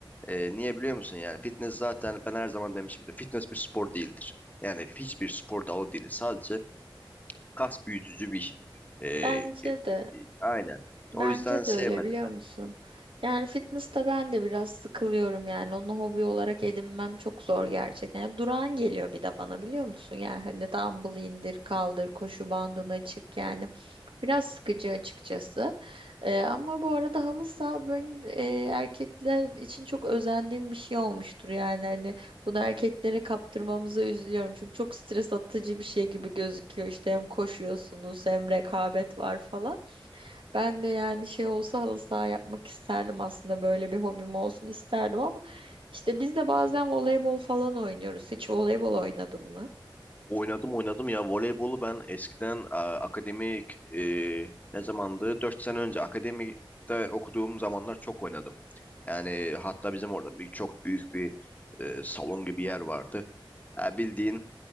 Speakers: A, on the left; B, on the right.
A: E, niye biliyor musun? Yani fitness zaten ben her zaman demişimdir. Fitness bir spor değildir. Yani hiçbir spor dalı değil. Sadece kas büyütücü bir e, e,
B: Bence de
A: aynen.
B: bence
A: O yüzden sevmedim
B: de öyle biliyor musun? Yani fitness'ta ben de biraz sıkılıyorum yani onu hobi olarak edinmem çok zor gerçekten. Yani durağan geliyor bir de bana biliyor musun? Yani hani dumbbell indir kaldır koşu bandını çık yani biraz sıkıcı açıkçası. Ee, ama bu arada halı saha ben e, erkekler için çok özendiğim bir şey olmuştur yani hani bunu erkeklere kaptırmamıza üzülüyorum. Çünkü çok stres atıcı bir şey gibi gözüküyor. İşte hem koşuyorsunuz hem rekabet var falan. Ben de yani şey olsa halı saha yapmak isterdim aslında böyle bir hobim olsun isterdim ama işte biz de bazen voleybol falan oynuyoruz. Hiç voleybol oynadın mı?
A: Oynadım oynadım ya voleybolu ben eskiden a, akademik e, ne zamandı? dört sene önce akademide okuduğum zamanlar çok oynadım. Yani hatta bizim orada bir çok büyük bir e, salon gibi yer vardı. Ha, bildiğin